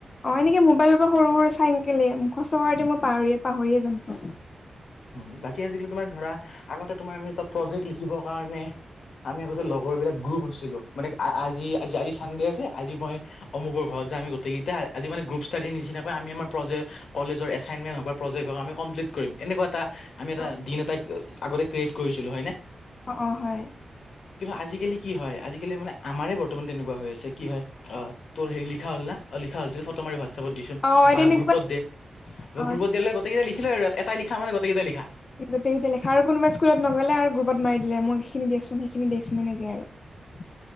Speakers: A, on the left (about 40°); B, on the left (about 75°).
A: অ', এনেকে মোবাইলৰ পৰা সৰু সৰু চাইন কেলে মুখস্থ কৰাতে মই পাহৰিয়ে, পাহৰিয়ে যামচোন।
B: উম, বাকী আজিকালি তোমাৰ ধৰা, আগতে তোমাৰ আমি এটা প্ৰজেক্ট লিখিবৰ কাৰণে আমি আগতে লগৰবিলাক গ্ৰুপ হৈছিলোঁ। মানে আ-আজি, আজি, আজি চানডে আছে আজি মই অমুকৰ ঘৰত যাম আমি গোটেই কেইটাই আজি মানে গ্ৰুপ ষ্টাডি নিচিনাকৈ আমি আমাৰ প্ৰজেক্ট, কলেজৰ এছাইমণ্ট হক বা প্ৰজেক্ট হক আমি কমপ্লিট কৰিম। এনেকুৱা এটা, আমি এটা
A: অ
B: দিন এটা আগতে ক্ৰিয়েট কৰিছিলোঁ‌, হয়নে?
A: অ'-অ' হয়।
B: কিন্তু আজিকালি কি হয় আজিকালি মানে আমাৰে বৰ্তমান তেনেকুৱা হৈ আছে কি হয় অ তোৰ হেৰি লিখা হ'ল না অ লিখা হ'ল যে ফটো মাৰি ভাত হোৱাটচএপত দেচোন
A: অ
B: বা
A: তেনেকুৱা
B: গ্ৰুপত দে
A: অ
B: গ্ৰুত দিয়ালে গোটেই কেইটাই লিখিলয় আৰু এটা লিখা মানে গোটেই কেইটাই লিখা
A: গোটেইখিনি লিখাৰ আৰু কোনোবাই স্কুলত গোটেইকেইটা লেখা আৰু কোনোবাই স্কুলত নগ'লে আৰু গ্ৰুপত মাৰি দিলে মোক সেইখিনি দিয়াচোন সেইখিনি দিয়াচোন এনেকে আৰু